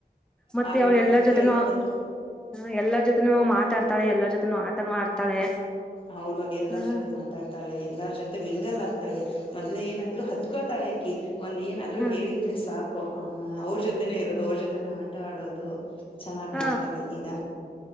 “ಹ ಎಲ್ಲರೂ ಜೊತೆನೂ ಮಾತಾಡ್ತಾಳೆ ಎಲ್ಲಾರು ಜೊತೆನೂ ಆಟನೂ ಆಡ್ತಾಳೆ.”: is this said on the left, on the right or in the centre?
Centre